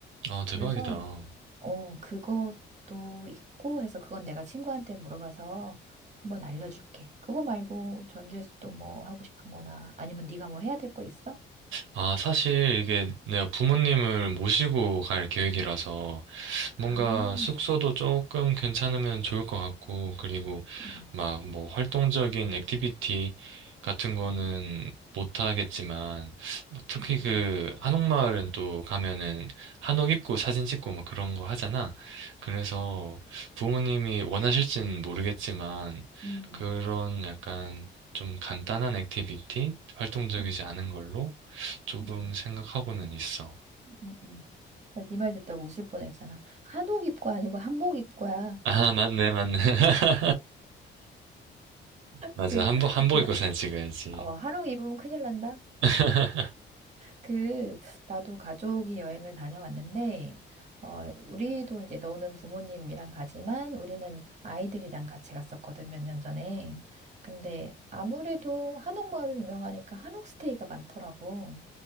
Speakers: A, on the right; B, on the right.
A: 아, 대박이다.
B: 그래서, 어, 그것도 있고 해서 그건 내가 친구한테 물어봐서 한번 알려줄게. 그거 말고 전주에서 또 뭐 하고 싶은 거나 아니면 네가 뭐 해야 될 거 있어?
A: 아, 사실 이게 내가 부모님을 모시고 갈 계획이라서,
B: 아,
A: 뭔가 숙소도 조금 괜찮으면 좋을 것 같고, 그리고
B: 음,
A: 막 뭐 활동적인 액티비티 같은 거는 못 하겠지만, 뭐 특히
B: 음,
A: 그 한옥마을은 또 가면은 한옥 입고 사진 찍고 막 그런 거 하잖아. 그래서 부모님이 원하실진 모르겠지만,
B: 음,
A: 그런 약간 좀 간단한 액티비티? 활동적이지
B: 음,
A: 않은 걸로 조금
B: 음,
A: 생각하고는 있어.
B: 음, 음. 네 말 듣다 가 웃을 뻔했잖아. 한옥 입고 아니고 한복 입고야.
A: 아, 맞네, 맞네. <laughs> 맞아.
B: 그,
A: 한복, 한복
B: 나,
A: 입고 사진 찍어야지.
B: 어, 한옥 입으면 큰일 난다.
A: <laughs>
B: 그, 나도 가족이 여행을 다녀왔는데, 어, 우리도 이제 너는 부모님이랑 가지만 우리는 아이들이랑 같이 갔었거든, 몇 년 전에. 근데 아무래도 한옥마을이 유명하니까 한옥 스테이가 많더라고.